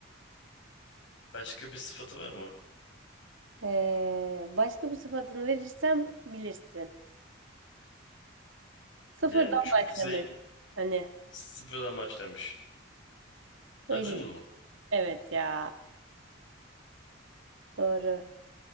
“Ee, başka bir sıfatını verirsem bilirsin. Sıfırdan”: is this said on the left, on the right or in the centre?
Right